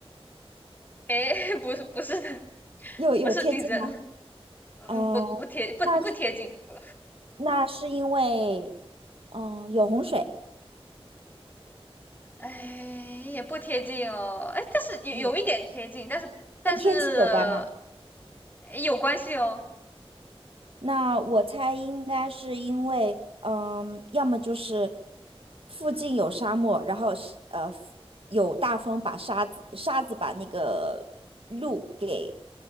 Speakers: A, on the left; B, on the right.
A: 诶，<laughs> 不是，不是的，
B: 有有贴近吗？
A: 不是地震，
B: 呃，
A: 嗯，不不贴不不贴近，
B: 那是
A: 不，
B: 那是因为，嗯、有洪水，
A: 哎，也不贴近哦，哎，但是有有一点贴近，
B: 有
A: 但是但是
B: 跟天气有关吗？
A: 诶有关系哦，
B: 那我猜应该是因为，嗯，要么就是附近有沙漠，然后是呃有大风把沙子沙子把那个路给